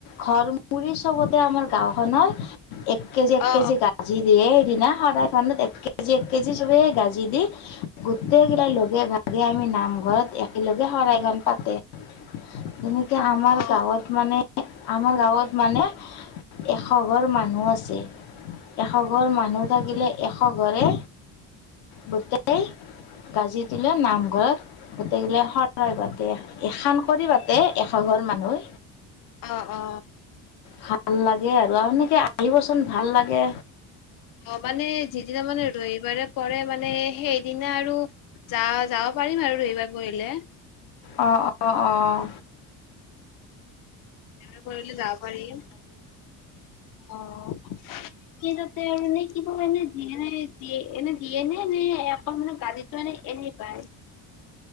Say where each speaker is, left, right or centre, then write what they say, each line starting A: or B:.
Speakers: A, on the left; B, on the left.
A: ঘৰ মুৰি চবতে আমাৰ গাওখনৰ এক কেজি এক
B: অ অ
A: কেজি গাজি দি সেইদিনা সদ খত এক কেজি এক কেজি চবে গাজি দি গোটেই কেইলাই লগে ভাগে আমি নাম ঘৰত একেলগে শৰাই ঘ পাতে
B: <unintelligible>
A: যেনেকে আমাৰ
B: প
A: গাঁৱত মানে আমাৰ গাঁৱত মানে এশ ঘৰ মানুহ আছে এশ ঘৰ মানুহ থাকিলে এশ ঘৰে। গোটেই গাজি দিলে নামঘৰত গোটেইকিলা শৰাই পাতে এখন কৰি পা এশ ঘৰ মানুহ
B: অ অ
A: ভাল লাগে আৰু আ আহিবচোন ভাল লাগে
B: অঁ, মানে যিদিনা মানে, ৰবিবাৰে পৰে মানে সেইদিনা আৰু যা- যাব পাৰিম আৰু এইবাৰ কৰিলে।
A: অঁ, অঁ, অঁ
B: এইবাৰ পৰিলে যাব পাৰি। অঁ, কিন্তু তে মানে, কিন্তু মানে, দিয়াই দিয়ে। এনে দিয়ে নে? নে অকল মানে, গালিটো এনে, এনেই পাৰে?